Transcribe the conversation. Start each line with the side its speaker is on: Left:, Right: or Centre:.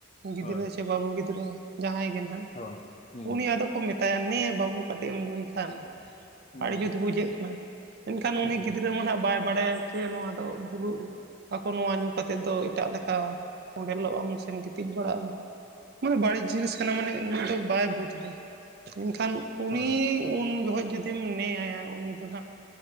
Right: ᱜᱤᱫᱽᱨᱟᱹ
Left: ᱦᱳᱭ
Right: ᱥᱮ ᱵᱟᱹᱵᱩ ᱜᱤᱫᱽᱨᱟᱹ ᱡᱟᱦᱟᱸᱭ ᱜᱮ ᱱᱟᱦᱟᱜ
Left: ᱦᱳᱭ ᱦᱩᱸ
Right: ᱩᱱᱤ ᱟᱫᱚ ᱠᱚ ᱢᱮᱛᱟᱭᱟ ᱱᱮ ᱵᱟᱹᱵᱩ ᱠᱟᱹᱴᱤᱡ ᱮᱢ ᱧᱩᱭ ᱠᱷᱟᱱ
Left: ᱦᱩᱸ
Right: ᱟᱹᱰᱤ
Left: ᱦᱩᱸ
Right: ᱡᱩᱛ ᱵᱩᱡᱷᱟᱹᱜ ᱠᱟᱱᱟ ᱮᱱᱠᱷᱟᱱ ᱩᱱᱤ
Left: ᱦᱩᱸ
Right: ᱜᱤᱫᱽᱨᱟᱹ ᱢᱟ ᱦᱟᱜ ᱵᱟᱭ ᱵᱟᱲᱟᱭᱟ ᱡᱮ ᱱᱚᱣᱟ ᱫᱚ ᱵᱩᱞᱩᱜ ᱟᱠᱚ ᱱᱚᱣᱟ ᱧᱩ ᱠᱟᱛᱮᱫ ᱫᱚ ᱮᱴᱟᱜ ᱞᱮᱠᱟ ᱠᱚᱸᱰᱮᱞᱚᱜ ᱟᱢ ᱥᱮᱢ ᱜᱤᱛᱤᱡ ᱵᱟᱲᱟᱜᱼᱟ ᱢᱟᱱᱮ ᱵᱟᱹᱲᱤᱡ ᱡᱤᱱᱤᱥ ᱠᱟᱱᱟ ᱢᱟᱱᱮ ᱩᱱᱤ ᱫᱚ ᱵᱟᱭ ᱵᱩᱡᱽ ᱮᱫᱟ ᱢᱮᱱᱠᱷᱟᱱ ᱩᱱᱤ
Left: ᱦᱳᱭ
Right: ᱩᱱ ᱡᱚᱠᱷᱚᱱ ᱡᱩᱫᱤᱢ ᱱᱮᱭᱟ ᱩᱱᱤ ᱫᱚ ᱟᱜ